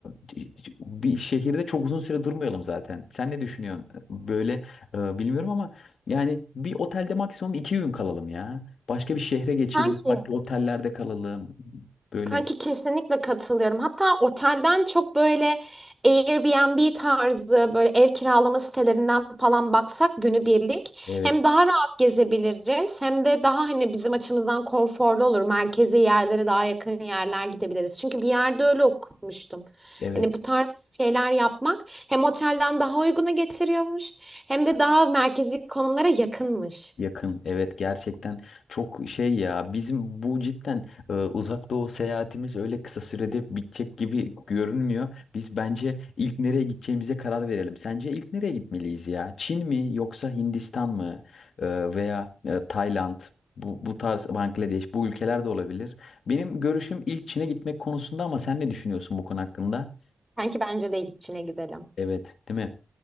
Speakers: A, on the left (about 80°); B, in the centre.
A: c- c- bir şehirde çok uzun süre durmayalım zaten. Sen ne düşünüyorsun? Böyle e, bilmiyorum ama yani bir otelde maksimum iki gün kalalım ya. Başka bir şehre geçelim.
B: Kanki
A: Farklı otellerde kalalım. Böyle
B: Kanki kesinlikle katılıyorum. Hatta otelden çok böyle Airbnb tarzı böyle ev kiralama sitelerinden falan baksak günübirlik
A: evet.
B: hem daha rahat gezebiliriz hem de daha hani bizim açımızdan konforlu olur. Merkezi yerlere daha yakın yerler gidebiliriz. Çünkü bir yerde öyle okumuştum.
A: Evet.
B: Hani bu tarz şeyler yapmak hem otelden daha uyguna getiriyormuş hem de daha merkezi konumlara yakınmış.
A: Yakın evet gerçekten çok şey ya bizim bu cidden e, uzak doğu seyahatimiz öyle kısa sürede bitecek gibi görünmüyor. Biz bence ilk nereye gideceğimize karar verelim. Sence ilk nereye gitmeliyiz ya? Çin mi yoksa Hindistan mı E, veya e, Tayland bu, bu tarz Bangladeş bu ülkeler de olabilir. Benim görüşüm ilk Çin'e gitmek konusunda ama sen ne düşünüyorsun bu konu hakkında?
B: Sanki bence de içine gidelim.
A: Evet, değil mi?